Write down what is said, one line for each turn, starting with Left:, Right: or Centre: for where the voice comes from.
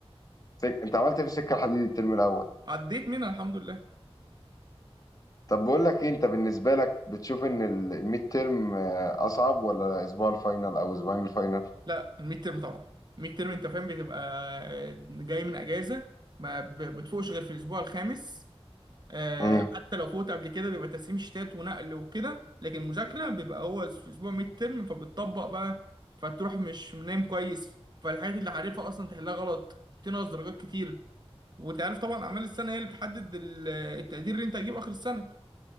Left: سك... انت عملت إيه في السكة الحديد الترم الأول
Right: عديت منها الحمد لله
Left: طب بقول لك ايه انت بالنسبه لك بتشوف ان ال- الميد تيرم آه، اصعب ولا اسبوع الفاينل او اسبوعين الفاينل
Right: لا الميد ترم طبعا الميد ترم انت فاهم بتبقى جاي من اجازه ما ب- بتفوقش غير في الاسبوع الخامس آه،
Left: امم
Right: حتى لو فوت قبل كده بيبقى تسليم شتات ونقل وكده لكن مذاكره بيبقى هو في اسبوع ميد ترم فبتطبق بقى فتروح مش نايم كويس فالحاجات اللي عارفها اصلا تحلها غلط بتنقص درجات كتير وانت عارف طبعا اعمال السنه هي اللي بتحدد ال- التقدير اللي انت هتجيبه اخر السنه